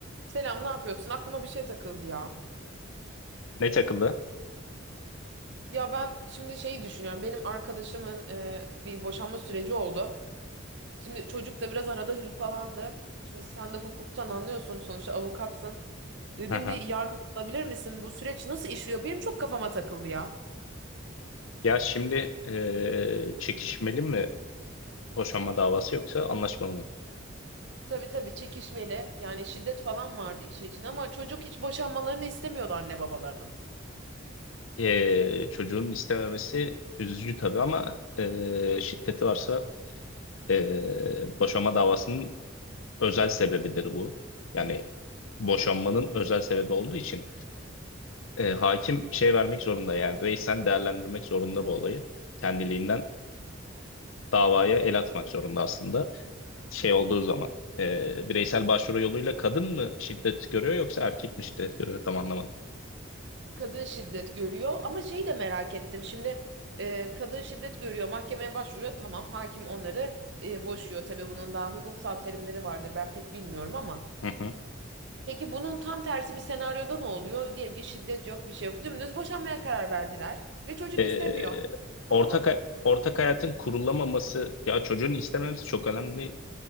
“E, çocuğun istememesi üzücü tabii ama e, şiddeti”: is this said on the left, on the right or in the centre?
Left